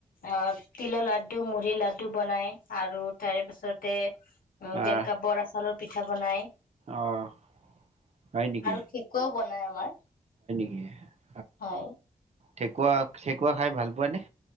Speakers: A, on the left; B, on the right.
A: আঁহ তিলৰ লাডু মুড়িৰ লাডু বনাই আৰু তাৰে পিছতে উম
B: আহ
A: যেনেকৈ বৰা চালৰ পিঠা বনাই
B: অ' হয় নেকি
A: আৰু কেক ওঁ বনাই আমাৰ
B: সেয়া
A: হয়
B: ঠেকুৱা ঠেকুৱা খাই ভাল পোৱা নে?